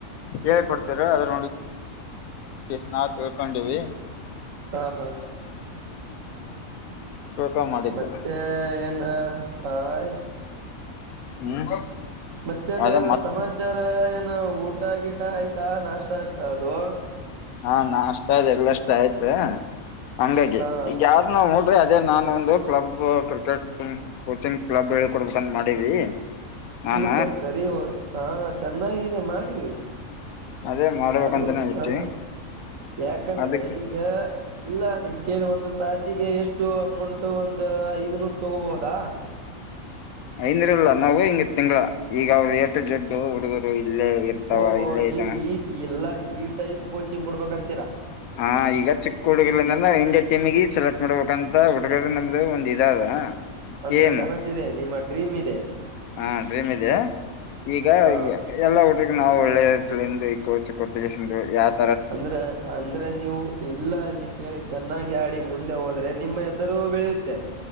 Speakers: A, on the left; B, on the right.
A: ಹೇಳ್ ಕೊಡ್ತೀರಾ ಅದು ನೋಡಿ ಇಸ್ನಾವು ತಿಳ್ಕೊಂಡಿವಿ
B: ಹಾ ಹಾ
A: ತಿಳ್ಕೊಂಡ್ ಮಾಡಿದ್ದು
B: ಮತ್ತೆ ಏನ್ ಆ ರೆ
A: ಹ್ಮ್
B: ಮತ್ತೆನ
A: ಅದೇ ಮತ್
B: ಸಮಾಚಾರ ಏನ ಊ ಊಟ ಗಿಟ ಆಯ್ತಾ ನಾಷ್ಟ ಅಷ್ಟ ಅದು
A: ಹಾ ನಾಷ್ಟ ಅದೆಲ್ಲಷ್ಟ ಆಯ್ತ ಹಂಗಾಗಿ
B: ಹಾ
A: ಈಗ್ ಯಾರನ ಹೋದ್ರೆ ಅದೇ ನಾನ್ ಒಂದು ಕ್ಲಬ್ ಕ್ರಿಕೆಟ್ ಕೋಚಿಂಗ್ ಕ್ಲಬ್ ಹೇಳ್ಕೊಡ್ಬೇಕಂತ ಮಾಡಿವಿ ನಾನ
B: ಮತ್ತ ಸರಿ ಹೊ ಹಾ ಚೆನ್ನಾಗಿದೆ ಮಾಡಿ
A: ಅದೇ ಮಾಡ್ಬೇಕಂತಾನೇ
B: ಆದ್ರೂ
A: ಐತಿ
B: ಹ ಯಾಕಂದ್ರೆ
A: ಅದಕ್
B: ಈಗ ಇಲ್ಲ ಇಲ್ಲಿ ಕೇಳಿ ಒಂದು ತಾಸಿಗೆ ಎಷ್ಟು ಅಮೌಂಟ್ ಒಂದು ಐದನೂರ್ ತಗೋಬಹುದಾ
A: ಐನೂರು ಇಲ್ಲ ನಾವು ಹಿಂಗ ತಿಂಗಳ ಈಗ ಅವರು ಎ ಟು ಜಡ್ಡು ಹುಡುಗರು ಇಲ್ಲೇ ಇರ್ತಾವ
B: ಓಹೋ
A: ಇಲ್ಲೇ
B: ನೀವು
A: ಇದ
B: ಈ ಇಲ್ಲ ಈ ಟೈಪ್ ಕೋಚಿಂಗ್ ಕೊಡ್ಬೇಕಂತ
A: ಹಾ ಈಗ ಚಿಕ್ಕ ಹುಡುಗರಲಿಂದ ಇಂಡಿಯ ಟೀಮಿಗೆ ಸೆಲೆಕ್ಟ್ ಮಾಡ್ಬೇಕಂತ ತ ಹುಡುಗರ್ದು ನಮ್ದು ಒಂದ್ ಇದಾದ
B: ಅಂದ್ರ
A: ಏಮ್
B: ಕನಸಿದೆ ನಿಮ್ಮ ಡ್ರೀಮ್ ಇದೆ
A: ಅ ಡ್ರೀಮಿದೆ ಈಗ
B: ಹ
A: ಎಲ್ಲಾ ಹುಡಗುನ್ ನಾವು ಒಳ್ಳೆ ಕ್ಲೈಂಬೆಕು ಕೊಚ್ ಕೋಟೇಶನ್ಡು ಯಾರು
B: ಅಂದ್ರೆ ಅಂದ್ರೆ ನೀವು ಇಲ್ಲ ಇಲ್ಲಿ ಕೇಳಿ ಚೆನ್ನಾಗಿ ಆಡಿ ಮುಂ ಸರೆ ನಿಮ್ಮ ಹೆಸರು ಬೆಳೆ ತ್ತೆ